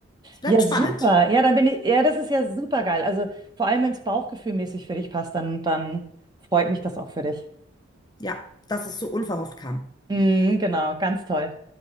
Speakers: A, on the left; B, on the right.
A: Es bleibt
B: Ja,
A: spannend.
B: super. Ja, dann bin ich, ja, das ist ja super geil. Also vor allem, wenn es bauchgefühlmäßig für dich passt, dann, dann freut mich das auch für dich.
A: Ja, dass es so unverhofft kam.
B: Mhm, genau, ganz toll.